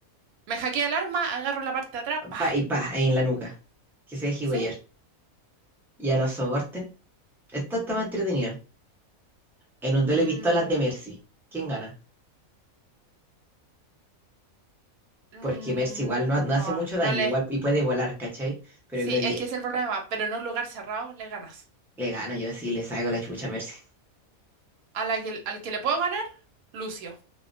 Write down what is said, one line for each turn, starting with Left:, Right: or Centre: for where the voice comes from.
Right: Me hackea el arma, agarro la parte de atrás. ¡Pah!
Centre: Pa y pa, ahí en la nuca. Que se deje
Right: ¿Sí?
Centre: huellar. Y a los soportes. Esta está más entretenida. En un duelo
Right: Mm,
Centre: de pistolas de Mercy. ¿Quién gana?
Right: mm,
Centre: Porque Mercy igual no, no hace
Right: no,
Centre: mucho
Right: no
Centre: daño,
Right: le...
Centre: igual y puede volar, ¿cachai? Pero
Right: Sí,
Centre: yo creo que
Right: es que es el problema. Pero en un lugar cerrado le ganas.
Centre: le gano yo sí, le saco la chucha a Mercy.
Right: A la que, al que le puedo ganar, Lucio.